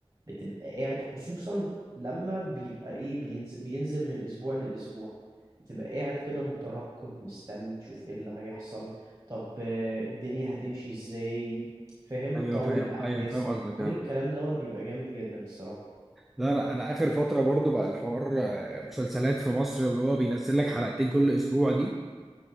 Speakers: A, on the right; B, in the centre.
A: بتبقى قاعد خصوصا لما بيبقى ايه بينزل بينزل من اسبوع للاسبوع بتبقى قاعد كده مترقب مستني تشوف ايه اللي هيحصل طب آه، الدنيا هتمشي ازاي فاهم
B: ايوه
A: طور
B: فاهم
A: الاحداث
B: ايوه فاهم قصدك
A: كل
B: يعني
A: الكلام دوت بيبقى جامد جدا الصراحه
B: لا لا انا اخر فتره برضه بقى الحوار آه، مسلسلات في مصر اللي هو بينزل لك
A: مم.
B: حلقتين كل اسبوع دي